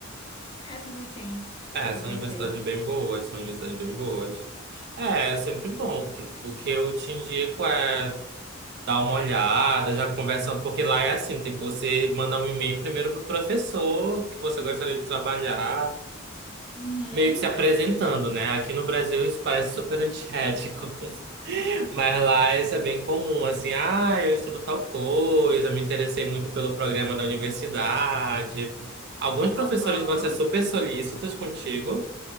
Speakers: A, on the left (about 25°); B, on the right (about 55°).
A: Essas, assim,
B: É,
A: que
B: são
A: eu pensei.
B: universidades bem boas, são universidades bem boas. É, é sempre bom. O que o que eu te indico é Dá uma olhada, já conversa, porque lá é assim, tipo, você manda um e-mail primeiro pro professor que você gostaria de trabalhar,
A: Uhum,
B: meio que se apresentando, né? Aqui no Brasil isso parece super antiético, <laughs> mas lá isso é bem comum, assim, ah, eu estudo tal coisa, me interessei muito pelo programa da universidade. Alguns professores
A: aham,
B: vão ser super solícitos contigo,